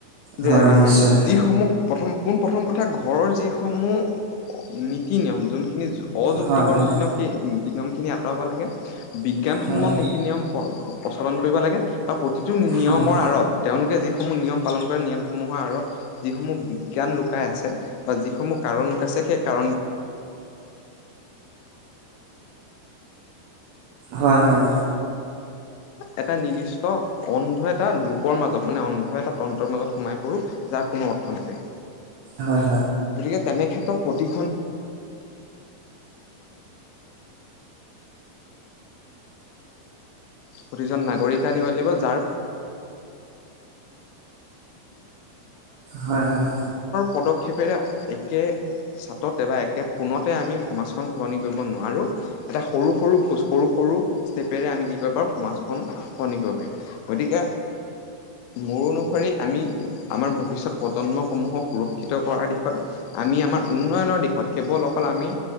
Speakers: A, on the left; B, on the right.
A: যে
B: হয়
A: আহ
B: নিশ্চয়
A: যিসমূহ প্ৰথম পোন প্ৰথম প্ৰথম কথা ঘৰৰ যিসমূহ নীতি নিয়ম যোনখিনি অযুক্তিকৰ
B: হয় হয়
A: নীতি নিয়ম সেই নীতি নিয়ম খিনি আ ৰ'ব লাগে বিজ্ঞানসন্মত
B: হয়
A: নীতি নিয়ম প্ৰচলন কৰিব লাগে বা প্ৰতিটো নিয়মৰ
B: হয়
A: আঁৰত তেওঁলোকে যিসমূহ নিয়ম পালন কৰে নিয়মসমূহৰ আঁৰত যিসমূহ বিজ্ঞান লুকাই আছে বা যি আমি এটা
B: হয় হয় হয়
A: এটা নিৰ্দিষ্ট অন্ধ এটা ৰূপৰ মাজত মানে অন্ধ এটা তন্তৰ মাজত সোমাই পৰোঁ যাৰ কোনো অৰ্থ নাথাকে
B: হয় হয় হয় হয়
A: গতিকে তেনে ক্ষেত্ৰত পতি প্ৰতিজন নাগৰিকে আনিব লাগিব যাৰ
B: হয় হয় হয় হয়
A: পদক্ষেপেৰে একে ছাটতে বা একে পোনতে আমি সমাজখন সলনি কৰিব নোৱাৰোঁ এটা সৰু সৰু খোজ সৰু সৰু ষ্টেপেৰে আমি কি ক সমাজখন সলনি কৰিব পাৰিম গতিকে মোৰ অনুসৰি আমি আমাৰ ভৱিষ্যত প্ৰজন্মসমূহক সুৰক্ষিত কৰাৰ দিশত আমি আমাৰ উন্নয়নৰ দিশত কেৱল অকল আমি